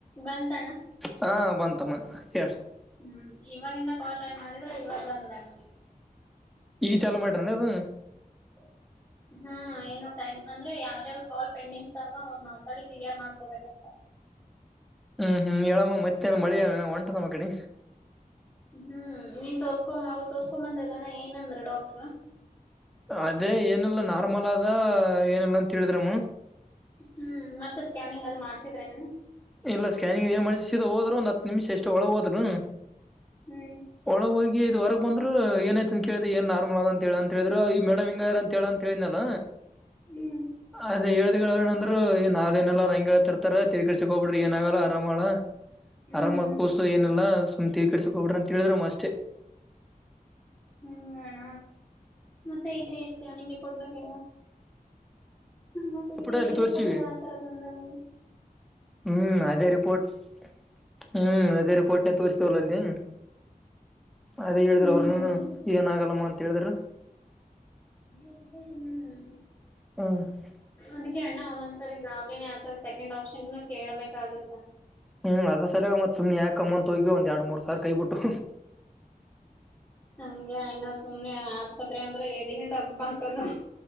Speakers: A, on the left; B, in the centre.
A: ಬಂತಣ್ಣ.
B: ಹಾ ಬಂತಮ್ಮ ಹೇ.
A: ಹ್ಮ್ ಇವಾಗಿಂದ ಕಾಲ್ ಟ್ರೈ ಮಾಡಿದ್ರೆ ಇವಾಗ ಬಂದದ ನಿಮಿಗೆ.
B: ಈಗ್ ಚಲೋ ಮಾಡ್ರೆನದು.
A: <inaudible> ಹ್ಮ ಏನು ಟೈಮ್ ಅಂದ್ರೆ ಯಾರ್ ಯಾರು ಕಾಲ್ ಪೆಂಡಿಂಗ್ಸವ ಅವ್ರ ಮಾತಾಡಿ ಕ್ಲಿಯರ್ ಮಾಡ್ಕೋಬೇಕಂತ.
B: ಹ್ಮ್ ಹ್ಮ್ ಯಾವವ ಮತ್ತೇನ ಮಳಿಯ ಒಂಟದಮ್ಮ ಗಿಡ.
A: ಹ್ಮ್ ನೀನ್ ತೋರ್ಸ್ಕೊ ಅವ್ರು ತೋರ್ಸ್ಕೊ ಬಂದ್ರಲ್ಲ ಏನಂದ್ರು ಡಾಕ್ಟ್ರ್.
B: ಅದೇ ಏನುಲ್ಲ ನಾರ್ಮಲ್ಲದ ಏನುಲ್ಲಂತ್ತೇಳಿದ್ರಮ್ಮ.
A: ಹ್ಮ್ ಮತ್ತ ಸ್ಕ್ಯಾನಿಂಗ್ ಅದು ಮಾಡ್ಸಿದ್ರೆನಣ.
B: ಇಲ್ಲ ಸ್ಕ್ಯಾನಿಂಗ್ ಏನ್ ಮಾಡ್ಸಿದ ಹೋದ್ರು ಒಂದ್ ಹತ್ ನಿಮ್ಷಷ್ಟೆ ಒಳಗೋದ್ರು.
A: ಹ್ಮ್.
B: ಒಳಗೋಗಿ ಇದು ಹೊರಗ್ ಬಂದ್ರು ಏನಯ್ತ್ ಅಂತ್ ಕೇಳಿದೆ ಏನ್ ನಾರಮಲ್ ಆದಂತೇಳ ಅಂತ್ ಹೇಳಿದ್ರು ಈ ಮೇಡಮಿಂಗಯಾರಂತ್ ಹೇಳಂತ್ ತೆಲ್ನಲ.
A: ಹ್ಮ್
B: ಅದೇ ಹೇಳ್ದ ಅವ್ರೇನಂದ್ರ ಹೇ ಅದೇನೂಲ್ಲಾ ಅವ್ರ್ ಹಂಗೆಳ್ತಿರ್ತಾರೆ ತಲಿ ಕೆಡಿಸ್ ಕೋಬೇಡ್ರಿ ಏನಾಗಲ ಆರಾಮದಳ
A: ಹ್ಮ್
B: ಆರಾಮ ಕೋಸು ಏನಿಲ್ಲ ಸುಮ್ ತಾಳಿಕೆಡ್ಸಕೊಬೇಡ್ರಿ ಅಂತ್ ಹೇಳಿದ್ರಮ್ಮ ಅಷ್ಟೆ.
A: ಹ್ಮ್ ಅಣ್ಣ ಮತ್ತೆ ಇಲ್ಲಿ ಸ್ಕ್ಯಾನಿಂಗ್ ರಿಪೋರ್ಟ್ ಬೇಕಲಣ್ಣ. ಮತ್ತೆ
B: ಇದ್ದಾರೆ
A: ಇಗ್ಲಿ
B: ಅಲ್ಲಿ
A: ಈ ರಿಪೋರ್ಟ್ದಾಗ
B: ತೋರ್ಸಿವಿ
A: ಅತರ ಬಂದವನು.
B: ಹ್ಮ್ ಅದೇ ರಿಪೋರ್ಟ್. ಹ್ಮ್ ಅದೇ ರಿಪೋರ್ಟ್ನೆ ತೋರುಸ್ತಿವಲಲ್ಲಿ. ಅದೇ ಹೇಳಿದ್ರು
A: ಹ್ಮ್
B: ಅವ್ರ್ನು ಏನಾಗಲ್ಲಮ್ಮ ಅಂತ ಹೇಳಿದ್ರು.
A: ಹ್ಮ್ಮ್.
B: ಹ್ಮ್
A: ಅದಿಕ್ಕೆ ಅಣ್ಣ ಒಂದೊಂದ್ಸರಿ ಗಾಬ್ರಿನೆ ಅತಲ್ ಸೆಕೆಂಡ್ ಆಪ್ಷನಿನು ಕೇಳ್ಬೆಕಾಗುತ್ತಾ.
B: ಹ್ಮ್ ಅದ್ರು ಸಲುವಾಗ್ ಮತ್ ಸುಮ್ನೆ ಯಾಕಮ್ಮ ಅಂತ್ ಹೋಗಿ ಒಂದ್ ಎರಡ್ ಮೂರ್ ಸಾವ್ರ್ ಕೈ ಬಿಟ್ವು.
A: ಹಂಗೆ ಅಣ್ಣ ಸುಮ್ನೆ ಆಸ್ಪತ್ರೆ ಅಂದ್ರೆ ಎದಿನೆ ಡಬ್ಬಂತಣ್ಣ.